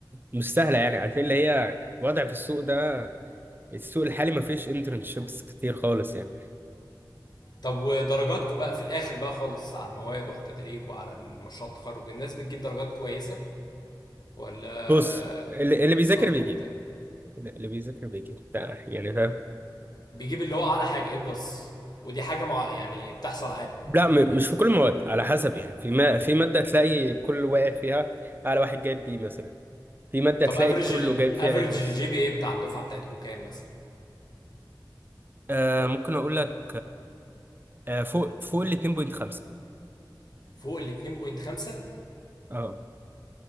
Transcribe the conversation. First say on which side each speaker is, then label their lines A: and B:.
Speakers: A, on the right; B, on the left.
A: مش سهلة يعني عارفين اللي هي الوضع في السوق ده السوق الحالي ما فيش انترنشيبس كتير خالص يعني
B: طب ودرجاتكم بقى في الاخر بقى خالص على المواد وعلى التدريب وعلى المشروع التخرج الناس بتجيب درجات كويسه ولا
A: بص اللي, اللي
B: بيسقطوا
A: بيذاكر بيجيب
B: وبتاع
A: اللي بيذاكر بيجيب ده يعني فاهم
B: بيجيب اللي هو اعلى حاجه ايه بلس ودي حاجه مع يعني بتحصل عادي
A: لا م- مش في كل المواد على حسب يعني في ما في مادة تلاقي كل واقع فيها على واحد جايب بي مثلا في مادة
B: طب
A: تلاقي
B: افريج
A: كله
B: الافريج
A: جايب فيها اي بلس
B: الجي بي اي بتاع الدفعه بتاعتكم كام مثلا
A: آه ممكن اقول لك آه فوق فوق ال 2.5
B: فوق ال 2.5
A: اه